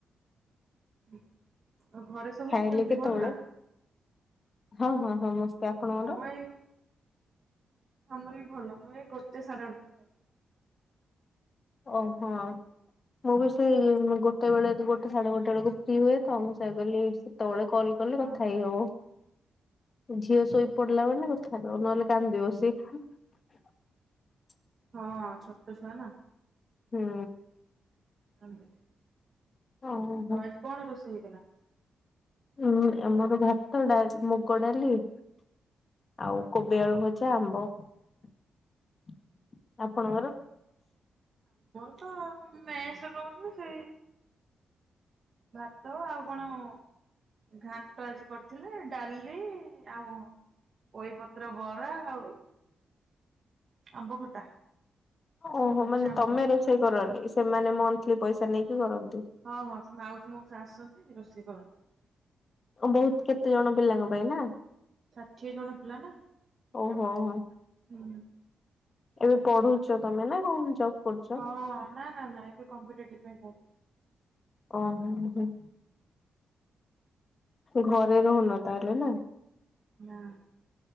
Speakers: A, on the right; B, on the left.
A: ହୁ। ଆଉ ଘରେ ସବୁ
B: ଖାଇଲେ
A: କେମିତି
B: କେତେବେଳେ?
A: ଭଲ ନା।
B: ହଁ ହଁ ସମସ୍ତେ ଆପଣଙ୍କର।
A: ହଁ ଏଇ <inaudible> ଆମର ବି ଭଲ ମୁଁ ଏଇ ଗୋଟେ ସାଢେ ଗୋଟେ ରେ ଖାଏ।
B: ଓହୋ ମୁଁ ବି ସେଇ ଗୋଟେ ବେଳେ ଗୋଟେ ସାଢେ ଗୋଟେ ବେଳକୁ ଫ୍ରି ହୁଏ ତ। କଲି ସେ ତଳେ କଲ୍ କଲେ କଥା
A: ଅ
B: ହେଇ ହବ। ଝିଅ ଶୋଇ ପଡିଲା ମାନେ କଥାବ ନହେଲେ କାନ୍ଦିବ ସିଏ। <inaudible>
A: ହଁ ଛୋଟଛୁଆ ନାଁ।
B: ହୁଁ।
A: ହନ୍ତ
B: ଓହୋ
A: ଆଉ ଆଜି କଣ ରୋଷେଇ ହେଇଥିଲା।
B: ହୁଁ ଆମର ଭାତ ଡା ମୁଗ ଡାଲି <inaudible> ଆଉ କୋବି ଆଳୁ ଭଜା ଆମ୍ବ। <inaudible> ଆପଣଙ୍କର?
A: ହଁ ମେଶ୍ ରୁ ରହୁଛୁ ସେଇ ଭାତ ଆଉ କଣ <inaudible> ଘାଣ୍ଟ ଆଜି କରିଥିଲେ। ଡାଲି ଆଉ ପୋଇପତ୍ର ବରା ଆଉ ଆମ୍ବ ଖଟା। <inaudible>
B: ଓହୋ
A: କଞ୍ଚା
B: ମାନେ
A: ଆମ୍ବ
B: ତମେ
A: ଖଟା।
B: ରୋଷେଇ କରନି। ସେମାନେ ମନ୍ଥଲି ପଇସା ନେଇକି କରନ୍ତି।
A: ହଁ ହଁ ଉଛି ମାଉସୀ ମଉସା ଆସଛନ୍ତି ରୋଷେଇ କରନ୍ତି।
B: ବହୁତ କେତେ ଜଣ ପିଲାଙ୍କ ପାଇଁ ନା।
A: ଷାଠିଏ ଜଣ ପିଲା ନା
B: ଓହୋ ହୋ
A: <inaudible> ହୁଁ।
B: ଏବେ ପଢୁଛ ତମେ ନା ରୁ ଜବ୍ କରୁଛ।
A: ହଁ ନା ନା ନା ଏବେ କମ୍ପିଟେଟିପି ପାଇଁ ପଢୁଛି।
B: ଓ ହୋ ହୁଁ। ଘରେ ରହୁନ ତାହାଲେ ନା।
A: ନାଁ।